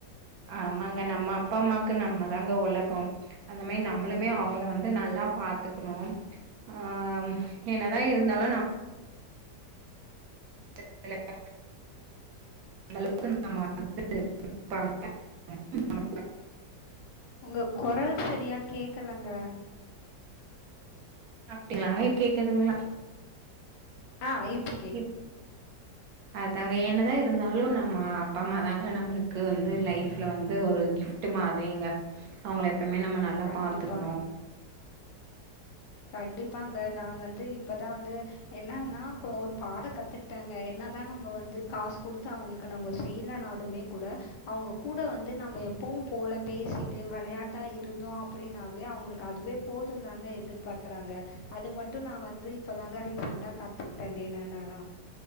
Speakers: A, on the right (about 65°); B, on the left (about 75°).
A: ஆமாங்க நம்ம அப்பா அம்மாக்கு நம்மதாங்க ஒலக்கோ அந்த மாரி நா நம்மளுமே
B: கண்டிப்பா.
A: அவுங்கள வந்து நல்லா பாத்துக்குனு ஆ என்னதா இருந்தாலு <unintelligible> அந்தளவுக்கு நம்ம வந்துட்டு பாப்பாங்க <unintelligible>
B: உங்க கொரல் சரியா கேக்கலங்க
A: அப்டிங்ளாங்க இ கேக்குதுங்ளா
B: ஆ ஈப்ப
A: இப் அதாங்க என்னதா இருந்தாலு நம்ம அப்பா அம்மா தாங்க நம்மளுக்கு வந்து லைஃப்ல வந்து ஒரு கிஃப் ட்டு மாரிங்க அவுங்கள எப்பமே நம்ம நல்லா
B: கண்டிப்பா.
A: பாத்துக்கணோ
B: கண்டிப்பாங்க நான் வந்து இப்பதா வந்து என்னன்னா கோ ஒரு பாட கத்துகிட்டேங்க என்னதா நம்ம வந்து காஸ் குடுத்து அவுங்ளுக் கு நம்ம செய்லனாலுமே கூட அவுங்க கூட வந்து நம்ப எப்பவு போல பேசிட்டு வெளயாட்டா இருந்தோ அப்டின்னாவே அவுங்ளுக்கு அதுவே போதுந்தாங்க எதிர்ப் பாக்குறாங்க அது மட்டு நா வந்து இப்போ தாங்க ரீசண்ட்டா கத்துக்கிட்டேன்னே நானா